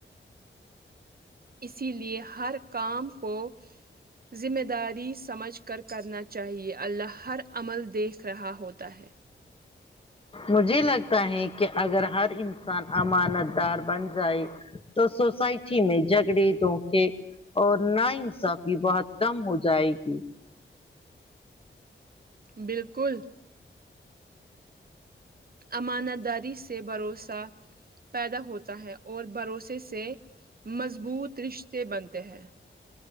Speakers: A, on the right; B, on the left.
A: اسی لیے ہر کام کو ذمہ داری سمجھ کر کرنا چاہیے اللہ ہر عمل دیکھ رہا ہوتا ہے
B: مجھے لگتا ہے کہ اگر ہر انسان امانت دار بن جائے تو سوسائٹی میں جگڑے دھونکے اور ناان انصافی بہت کم ہو جائے گی
A: بالکل امانت داری سے بھروسہ پیدا ہوتا ہے اور بھروسے سے مضبوط رشتے بنتے ہیں